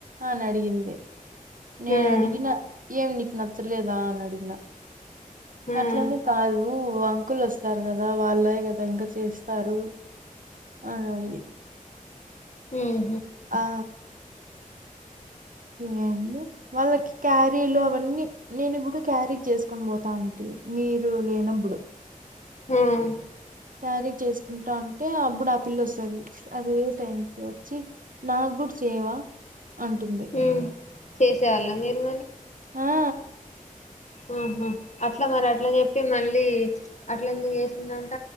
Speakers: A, on the right; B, on the left.
A: అని అడిగింది నేనడిగిన
B: మ్మ్
A: ఏం నీకు నచ్చలేదా అని అడిగిన
B: మ్మ్
A: అట్లాని కాదూ అంకుల్ వస్తారు కదా వాళ్ళే కదా ఇంక చేస్తారు అన్ని అంది
B: మ్మ్
A: ఆ ఏం వాళ్ళకి క్యారీలు అవన్నీ నేను ఇప్పుడు క్యారీ చేసుకొని పోతా అంటి మీరు లేనప్పుడు
B: ఆమ్
A: క్యారీ చేసుకుంటా అంటే అప్పుడు ఆపిల్ల వస్తుంది అదే టైంకి వచ్చి నాకు కూడా చేయవా అంటుంది
B: మ్మ్ చేసేవాళ్ళ మీరు
A: ఆ ఆ
B: అహమ్ అట్ల మరి అట్ల చెప్పి మళ్ళీ అట్ల ఎందుకు చేసిందంట